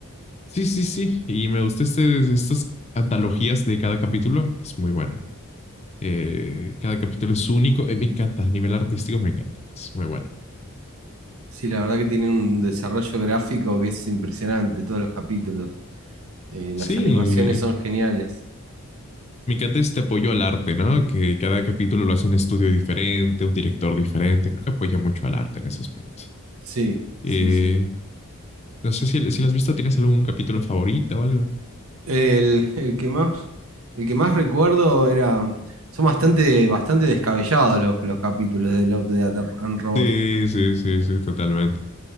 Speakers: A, on the left (about 30°); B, on the right (about 70°).
A: sí, sí, sí. Y me gusta este, estas antologías de cada capítulo, que es muy buena. Eh, cada capítulo es único. Eh, me encanta, a nivel artístico me encanta. Es muy bueno.
B: Sí, la verdad que tiene un desarrollo gráfico que es impresionante, todos los capítulos. Eh, las
A: Sí,
B: animaciones son geniales.
A: me encanta este apoyo al arte, ¿no? Que cada capítulo lo hace un estudio diferente, un director diferente. Creo que apoya mucho al arte en ese aspecto.
B: Sí, sí,
A: Eh,
B: sí.
A: no sé si, si lo has visto, ¿tienes algún capítulo favorito o algo?
B: El, el que más, el que más recuerdo era. Son bastante, bastante descabellados los, los capítulos de Love, Death and Robots.
A: Sí, sí, sí, sí, totalmente.